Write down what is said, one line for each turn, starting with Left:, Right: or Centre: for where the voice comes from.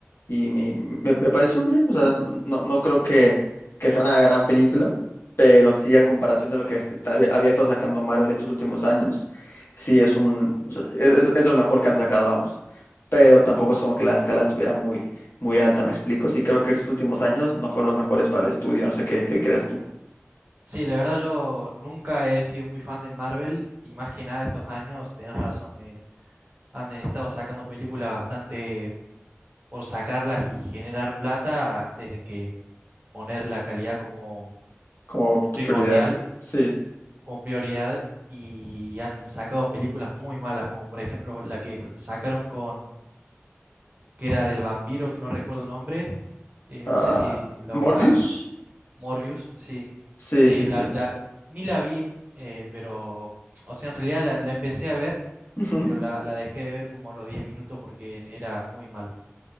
Left: y mi- me, me pareció bien. O sea, no, no creo que, que sea una gran película, pero sí a comparación de lo que est- está- había, había estado sacando Marvel estos últimos años, sí es un, o sea, es, es- es lo mejor que han sacado, vamos. Pero tampoco es como que la escala estuviera muy, muy alta, ¿me explico? Sí creo que estos últimos años no fueron los mejores para el estudio. No sé qué, qué creas tú.
Right: Sí, la verdad yo nunca he sido muy fan de Marvel y más que nada estos años, tenés razón, eh, han estado sacando películas bastante por sacarlas y generar plata antes de que poner la calidad como
Left: como tu
Right: primordial,
Left: prioridad. Sí.
Right: como prioridad, y han sacado películas muy malas, como por ejemplo la que f- sacaron con, que era del vampiro, que no recuerdo el nombre, eh,
Left: Ah,
Right: no sé si la
Left: Morbius.
Right: ubicás, Morbius, sí,
Left: Sí,
Right: sí,
Left: sí,
Right: la,
Left: sí.
Right: la- ni la vi, eh, pero, o sea, en realidad la, la empecé a ver,
Left: <laughs> Ujú.
Right: pero la, la dejé de ver como a los 10 minutos porque era muy mal.